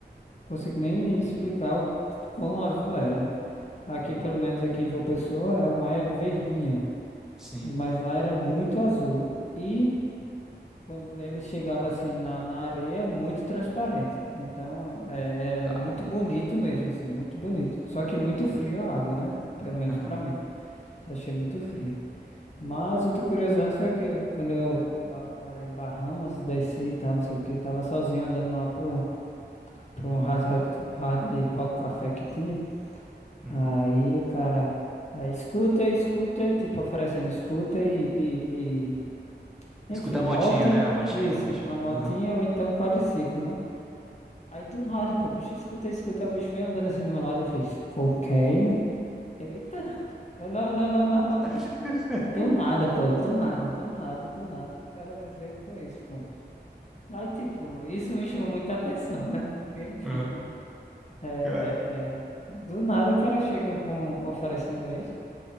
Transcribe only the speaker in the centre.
uhum.
Sim.
Caramba.
Aham.
Uhum.
Escutar a
motinha, né? A motinha,
aquela motinha.
Aham.
<laughs>
Aham,
Cara.